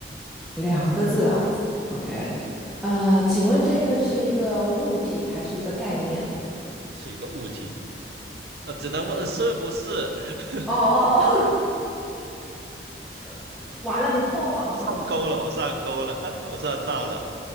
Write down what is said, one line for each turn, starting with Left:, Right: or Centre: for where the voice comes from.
Centre: 两个字啊。OK，呃，请问这个是一个物体还是一个概念？
Right: 这是一个物体，呃，只能问呃是不是。<laughs>
Centre: 哦哦，<laughs> 完了，你破防了，
Right: 上钩了，我上钩了，啊，我上当了。